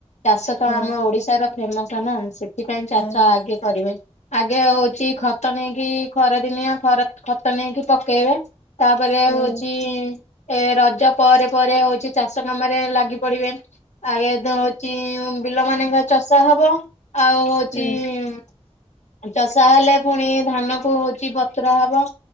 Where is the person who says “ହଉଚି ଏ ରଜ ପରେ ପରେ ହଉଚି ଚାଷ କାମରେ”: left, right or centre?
Left